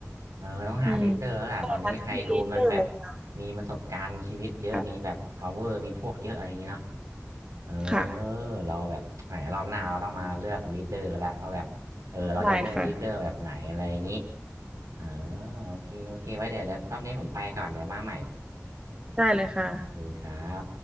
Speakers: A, on the right; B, on the right.
A: เออต้องหาลีดเดอร์แล้วล่ะตอนนี้ใครดูมันแบบ
B: อืมใช่ค่ะมีเจอเลยค่
A: มีประสบการณ์ชีวิตเยอะ
B: ะ
A: มีแบบ power มีพวกเยอะอะไรอย่างเงี้เนาะเออ
B: ค่ะ
A: เราแบบแหมรอบหน้าเราต้องมาเลือกลีดเดอร์ละเราแบบ เออ เราจะเลือกลีดเดอร์แบบไหนอะไรอย่างงี้
B: ได้ค่ะ
A: เออโอเคโอเค ไว้เดี๋ยวเดี๋ยวรอบนี้ผมไปก่อนเดี๋ยวมาใหม่
B: ได้เลยค่ะ
A: โอเคครับ